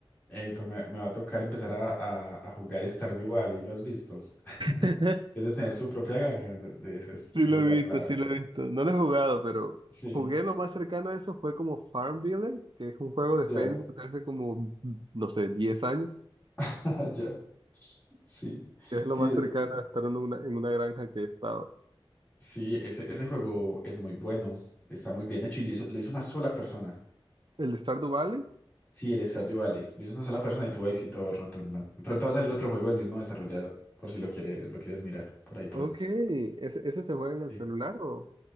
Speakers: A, on the left; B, on the right.
A: eh, pues me, me va a tocar empezar a, a, a jugar Stardew Valley, ¿lo has visto? <laughs>
B: <laughs>
A: Es de tener su propia granja, de- de- esa es
B: Sí
A: esa
B: lo
A: es
B: he
A: la
B: visto,
A: clave.
B: sí lo he visto. No lo he jugado, pero
A: Sí,
B: jugué lo más cercano a eso fue como Farmville, que es un juego de
A: ya,
B: Facebook de hace como, no sé, 10 años.
A: <laughs> ya, sí,
B: Es
A: sí,
B: lo más
A: es,
B: cercano a estar en una, en una granja que he estado.
A: sí, ese, ese juego es muy bueno, está muy bien hecho y lo hizo, lo hizo una sola persona.
B: ¿El de Stardew Valley?
A: Sí, el Stardew Valley, lo hizo una sola persona y tuvo éxito rotundo. Y pronto va a salir otro juego del mismo desarrollador, por si lo quiere, lo quieres mirar, por ahí pronto.
B: Ok, ¿ese, ese se juega en el
A: Sí.
B: celular o...?